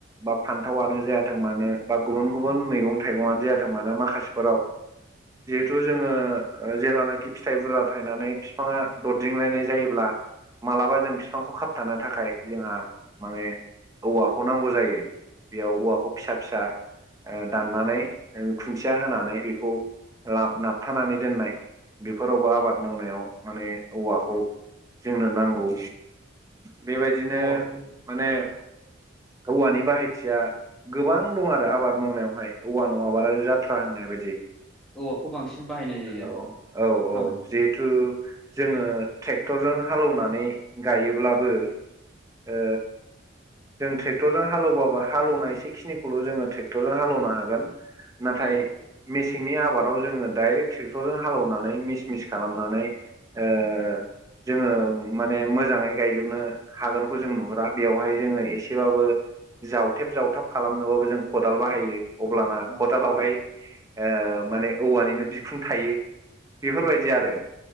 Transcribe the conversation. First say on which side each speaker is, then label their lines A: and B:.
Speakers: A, on the right (about 15°); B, in the centre.
A: बा फान्थावानो जायाथों मानो। बा गुबुन गुबुन मैगं-थाइगंआानो जायाथों मानो माखासेफोराव बा जिहेथु जोङो जेलानाखि फिथाइ बुरजा थायनानै बिफांङा दरदिंलायनाय जायोब्ला। मालाबा जों बिफांखौ खाबथानो थाखाय जोंहा माने। औवाखौ नांगौ जायो। बेयाव औवाखौ फिसा फिसा दाननानै। ओ खुन्थिया होनानै बेखौ। लाब नाबथानानै दोननाय बेफोरावबो आबाद मावनायाव माने औवाखौ जोंनो नांगौ बेबायदिनो
B: औवाखौ
A: माने औवानि बाहायथिया गोबां दं आरो आबाद मावनायावहाय औवा नङाबानो
B: औ
A: जाथ्रा होननाय बिदि।
B: औवाखौ बांसिन बाहायनाय जायो आरो
A: औ औ
B: खामानि
A: औ जिहेथु जोङो टे क्टरजों हालौनानै गायोब्लाबो ओ जों ट्रेक्टरजों हालौवबाबो हालौनाय एसे खिनिखौल' जोङो ट्रेक्टरजों हालौनो हागोन। नाथाय
B: औ
A: मेसेंनि आबाद आव जोङो डाइरेक्ट ट्रेक्टरजों हालौवनानै मिस मिस खालामनानै ओ जोङो माने मोजाङै गायजोबनो हागोनखौ जों नुहुरा। ‌बेआवहाय जोंओ एसे एबाबो जावथेब जावथाब खालामनोबाबो जों खदाल अब्लाना
B: औ
A: खदालावहाय
B: नंगौ
A: ओ माने औवानिनो बिखुं थायो। बेफोरबायदि आरो